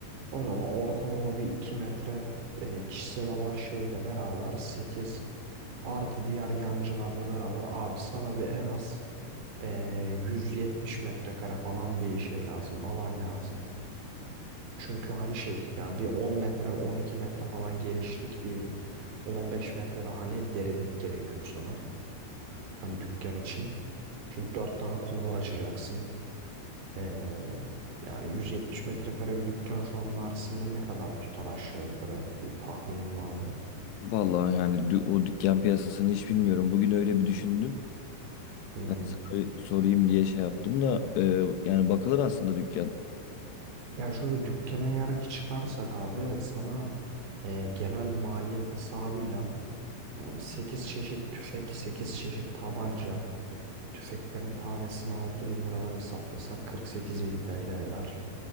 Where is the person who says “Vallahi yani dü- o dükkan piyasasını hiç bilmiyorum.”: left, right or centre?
Left